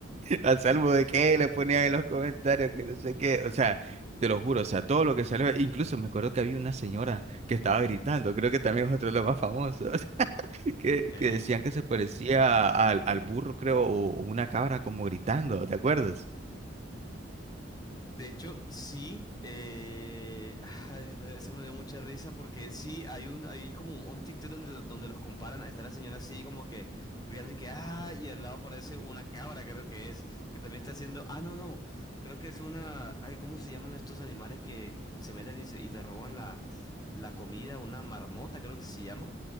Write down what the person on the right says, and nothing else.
A salvo de que le ponían en los comentarios que no sé qué. O sea, te lo juro, o sea, todo lo que salió. Incluso me acuerdo que había una señora que estaba gritando, creo que también es otro de los más famosos, <laughs> que,
que decían que se parecía al, al burro, creo, o o una cabra como gritando, ¿te acuerdas?